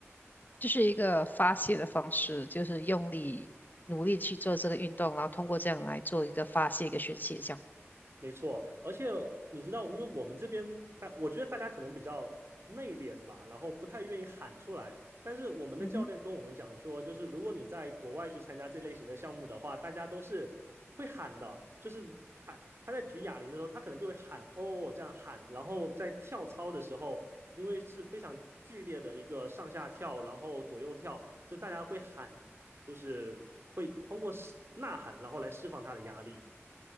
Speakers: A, on the left (about 40°); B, on the right (about 60°).
A: 就是一个发泄的方式，就是用力努力去做这个运动，然后通过这样来做一个发泄、一个宣泄，这样。
B: 没错，而且你知道，因为我们这边，但我觉得大家可能比较内敛吧，然后不太愿意喊出来。但是我们的教练跟我们讲说，
A: 嗯哼。
B: 就是如果你在国外去参加这类型的项目的话，大家都是会喊的，就是喊。他在举哑铃的时候，他可能就会喊哦这样喊，然后在跳操的时候，因为是非常剧烈的一个上下跳，然后左右跳，就大家会喊，就是会通过呐喊，然后来释放他的压力。